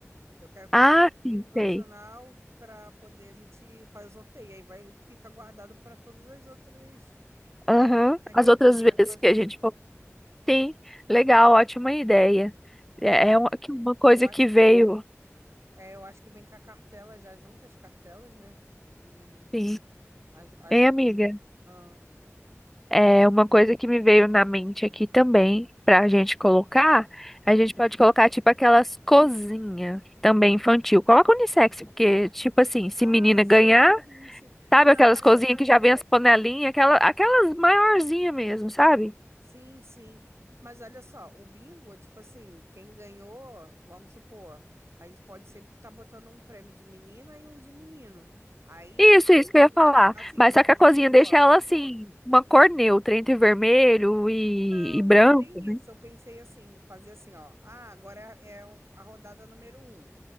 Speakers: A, on the right; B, in the centre.
A: Eu quero comprar
B: Ah,
A: um
B: sim,
A: bingo profissional
B: sei.
A: para poder a gente fazer sorteio. Aí vai fica guardado para todas as outras festas,
B: Aham.
A: né, que
B: As
A: a gente
B: outras
A: queira
B: vezes
A: fazer.
B: que a gente falou, sim, legal, ótima ideia.
A: É,
B: É é uma que uma coisa
A: eu acho
B: que veio,
A: que é, eu acho que vem com a cartela já junto as cartelas, né? E
B: sim.
A: as, as...
B: Hein,
A: coisas.
B: amiga?
A: Ah,
B: É uma coisa que me veio na mente aqui também, pra gente colocar. A gente pode colocar, tipo, aquelas cozinhas também infantil. Coloca unissex, porque, tipo assim, se
A: Ah,
B: menina
A: sim,
B: ganhar,
A: sim, sim.
B: sabe
A: Não,
B: aquelas
A: mas
B: cozinhas
A: é-
B: que já vem as panelinhas, aquela, aquelas maiorzinhas mesmo, sabe?
A: sim, sim. Mas olha só, o bingo, tipo assim, quem ganhou, vamos supor, a gente pode sempre estar botando um prêmio de menina e um de menino. Aí
B: Isso, isso que eu ia falar.
A: Assim,
B: Mas só
A: vamos
B: que a cozinha
A: supor.
B: deixa ela assim, uma cor neutra entre vermelho e,
A: Não,
B: e branco,
A: não é nem
B: né?
A: isso. Eu pensei assim, fazer assim, ó. Ah, agora é é um- a rodada número um.